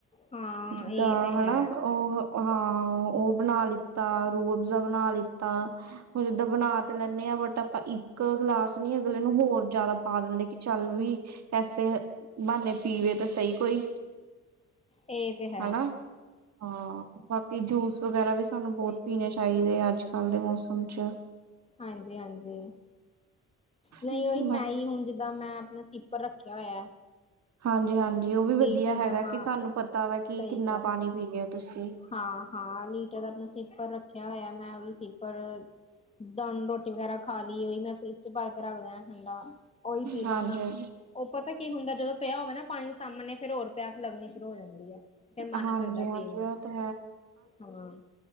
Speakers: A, on the left (about 20°); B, on the right (about 60°).
A: ਹਾਂ
B: ਜਿੱਦਾਂ
A: ਇਹ ਤੇ
B: ਹਣਾ
A: ਹੈ
B: ਓ ਹਾਂ, ਓ ਬਣਾ ਲਿੱਤਾ ਰੂਅਬਜ਼ਾ ਬਣਾ ਲਿੱਤਾ ਹੁਣ ਤਾਂ ਬਣਾ ਲੈਨੇ ਆ ਬਟ ਆਪਾਂ ਇੱਕ ਗਲਾਸ ਨੀ, ਅਗਲੇ ਨੂੰ ਹੋਰ ਜਾਦਾ ਪਾ ਦਿੰਦੇ ਕਿ ਚੱਲ ਵੀ ਐੇਸੇ ਬਆਨੇ ਪੀਏ ਤਾਂ ਸਈ ਕੋਈ,
A: ਇਹ ਤੇ ਹੈ
B: ਹਣਾ। ਹਾਂ, ਬਾਕੀ ਜੂਸ ਵਗੈਰਾ ਵੀ ਸਾਨੂੰ
A: ਸਹੀ
B: ਬੋਤ
A: ਕਿਹਾ
B: ਪੀਣੇ
A: ਸਹੀ
B: ਚਾਈਦੇ
A: ਕਿਹਾ।
B: ਅੱਜ ਕੱਲ੍ਹ ਦੇ ਮੌਸਮ ਚ।
A: ਹਾਂਜੀ- ਹਾਂਜੀ। ਨਈ
B: ਬਾਕੀ
A: ਓਈ ਮੈਂ ਈ ਹੁਣ ਜਿ ਦਾਂ ਮੈਂ ਅਪਨਾ ਸੀਪਰ ਰੱਖਿਆ ਹੋਇਆ।
B: ਹਾਂਜੀ- ਹਾਂਜੀ ਓ ਵੀ ਵਧੀਆ
A: ਲੀਟਰ
B: ਹੈਗਾ
A: ਦਾ ਹਾਂ
B: ਕਿ ਤੁਆਨੂੰ ਪਤਾ ਵਾ ਕਿ
A: ਸਹੀ
B: ਕਿੰਨਾ
A: ਕਿਹਾ
B: ਪਾਨੀ ਪੀ ਲਿਆ ਤੁਸੀਂ।
A: ਹਾਂ-ਹਾਂ, ਨੀਟਾ ਦਾ ਅਪਨਾਂ ਸੀਪਰ ਰੱਖਿਆ ਹੋਇਆ ਮੈਂ, ਓ ਵੀ ਸੀਪਰ ਜਿੱਦਾਂ ਹੁਨ ਰੋਟੀ ਵਗੈਰਾ ਖਾ ਲੀ, ਓਈ ਮੈਂ ਫਰਿਜ਼ ਚ ਭਰ ਕੇ ਰੱਖ ਦੇਨਾ ਠੰਡਾ, ਓਈ ਪੀ
B: ਹਾਂਜੀ
A: ਲੈਣਾ। ਓ ਪਤਾ ਕੀ ਹੁੰਦਾ, ਜਦੋਂ ਪਿਆ ਹੋਵੇ ਨਾ ਪਾਣੀ ਸਾਮਣੇ ਫੇਰ ਹੋਰ ਪਿਆਸ ਲੱਗਣੀ ਸ਼ੁਰੂ ਹੋ ਜਾਂਦੀ ਐ ਫੇਰ ਮਨ
B: ਹਾਂਜੀ
A: ਕਰਦਾ
B: ਹਾਂਜੀ
A: ਪੀਨ ਨੂੰ,
B: ਉਹ ਤਾਂ
A: ਹਾਂ।